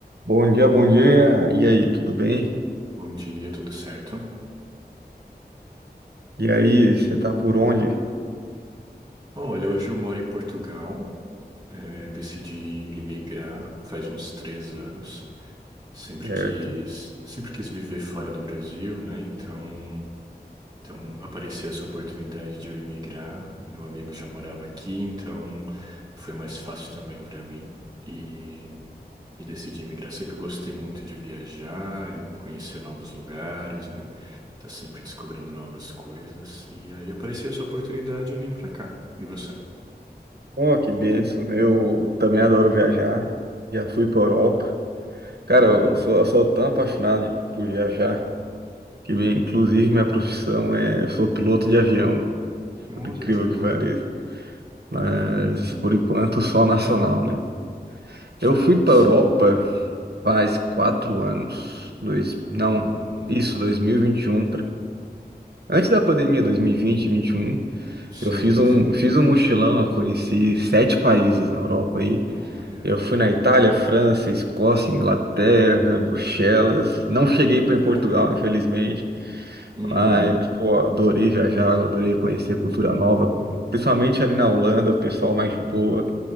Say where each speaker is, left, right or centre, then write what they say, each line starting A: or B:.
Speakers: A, on the right; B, on the right.
A: Bom dia, bom dia. E aí, tudo bem?
B: Bom dia, tudo certo?
A: E aí, você tá por onde?
B: Olha, hoje eu moro em Portugal, eh, decidi emigrar faz uns três anos. Sempre
A: Certo.
B: quis, sempre quis viver fora do Brasil, né? Então, então apareceu essa oportunidade de eu emigrar. Meu amigo já morava aqui, então foi mais fácil também para mim. E e decidi migrar. Sempre gostei muito de viajar e conhecer novos lugares, né? Tá sempre descobrindo novas coisas. E aí apareceu essa oportunidade e vim pra cá. E você?
A: Oh, que bênção. né? Eu também adoro viajar. Já fui pra Europa. Cara,
B: Uhum.
A: eu sou, eu sou tão apaixonado de- por viajar que, inclusive, minha profissão é... Eu sou piloto de avião,
B: Olha,
A: por incrível
B: que legal.
A: que pareça. Mas,
B: Uhum.
A: por enquanto, só nacional, né? Eu
B: Ah,
A: fui pra
B: sim.
A: Europa faz quatro anos. Dois... Não,
B: Uhum.
A: isso, 2021. pra- Antes da pandemia, dois mil e e vinte dois mil e vinte e um.
B: Sim,
A: Eu fiz um,
B: sim.
A: eu fiz um mochilão, eu conheci sete países na Europa aí.
B: Olha,
A: Eu fui
B: top.
A: na Itália, França, Escócia, Inglaterra, Bruxelas. Não cheguei para em
B: Caramba.
A: Portugal, infelizmente.
B: Uhum.
A: Mas, pô, adorei viajar, adorei conhecer cultura nova. Principalmente ali na Holanda, o pessoal mais de boa.